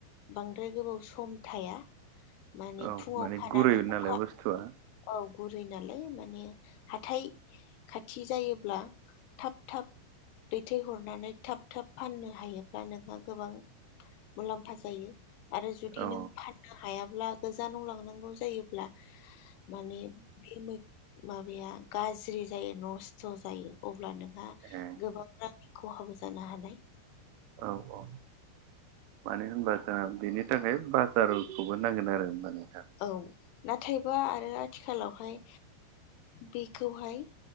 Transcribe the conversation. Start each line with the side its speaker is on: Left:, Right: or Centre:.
Left: बांद्राय गोबाव सम थाया। माने
Right: औ
Left: फुङाव
Right: माने
Left: खानानै
Right: गुरै नालाय
Left: अखा
Right: बुस्थुआ
Left: औ गुरै नालाय माने हाथाय खाथि जायोब्ला थाब थाब दैथायहरनानै थाब थाब फाननो हायोब्ला नोंहा गोबां। मुलाम्फा जायो आरो जुदि
Right: औ
Left: नों फाननो हायाब्ला गोजानाव लांनांगौ जायोब्ला माने बे माबाया गाज्रि जायो नस्थ' जायो अब्ला नों
Right: ए
Left: गोबां रांनि खहाबो जानो हानाय
Right: औ औ। मानो होनबा जोंहा बेनि थाखाय बाजारखौबो नांगोन आरो माने
Left: औ नाथायबा आरो आथिखालावहाय बेखौहाय